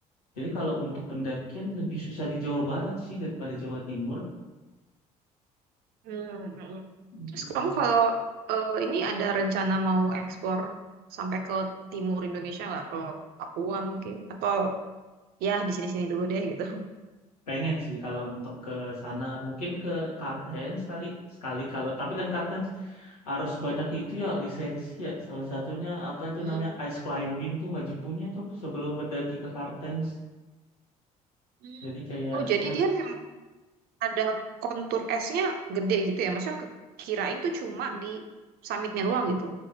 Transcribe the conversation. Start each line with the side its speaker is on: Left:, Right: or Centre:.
Left: Jadi kalau untuk pendakian lebih susah di Jawa Barat sih daripada Jawa Timur.
Right: Hmm, hmm.
Left: Mm,
Right: Terus kamu kalau eh, ini ada rencana mau ekspor sampai ke timur Indonesia nggak? Ke Papua mungkin? Atau ya di sini-sini dulu deh gitu.
Left: Pengen sih kalau untuk ke sana, mungkin ke Kartens sekali sekali kalau tapi kan Kartens harus banyak itu ya lisensi ya. Salah satunya apa itu
Right: Hmm.
Left: namanya ice climbing tuh wajib punya tuh sebelum mendaki ke Kartens.
Right: Hmm.
Left: Jadi kayak
Right: Oh jadi
Left: ya
Right: dia memang ada kontur esnya gede gitu ya? Maksudnya ke- kirain tuh cuma di summitnya doang gitu,